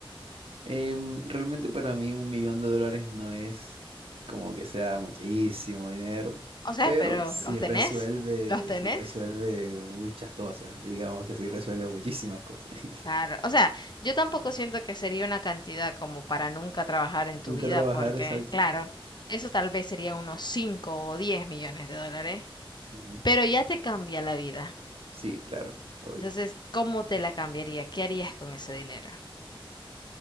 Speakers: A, on the right; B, on the left.
A: em, realmente para mí un millón de dólares no es como que sea muchísimo dinero,
B: O sea,
A: pero
B: pero
A: sí
B: ¿los tenés?
A: resuelve,
B: ¿Los tenés?
A: sí resuelve muchas cosas. Digamos que sí resuelve muchísimas cosas.
B: Claro,
A: <laughs>
B: o sea, yo tampoco siento que sería una cantidad como para nunca trabajar en tu
A: Nunca
B: vida,
A: trabajar,
B: porque,
A: exacto.
B: claro, eso tal vez sería unos 5 o 10 millones de dólares,
A: Sí.
B: pero ya te cambia la vida.
A: Sí, claro, obvio.
B: Entonces, ¿cómo te la cambiaría? ¿Qué harías con ese dinero?